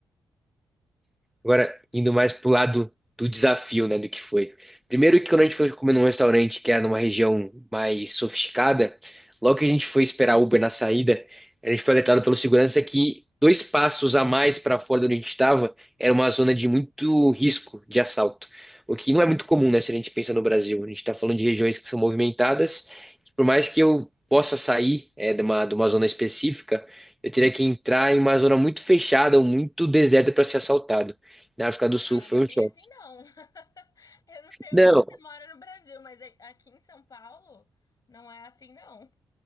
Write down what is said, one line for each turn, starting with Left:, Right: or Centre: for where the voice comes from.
Centre: Agora, indo mais pro lado do desafio, né, do que foi. Primeiro que quando a gente foi comer num restaurante que era numa região mais sofisticada, logo que a gente foi esperar Uber na saída, a gente foi alertado pelo segurança que dois passos a mais para fora de onde a gente estava era uma zona de muito risco de assalto. O que não é muito comum, né, se a gente pensa no Brasil. A gente está falando de regiões que são movimentadas, que por mais que eu possa sair, é, de uma, de uma zona específica, eu teria que entrar em uma zona muito fechada ou muito deserta para ser assaltado. Na África
Left: Ah,
Centre: do Sul foi
Left: não é bem
Centre: um choque.
Left: assim, não. <laughs> Eu não sei
Centre: Não,
Left: onde você mora no Brasil, mas a- aqui em São Paulo não é assim, não.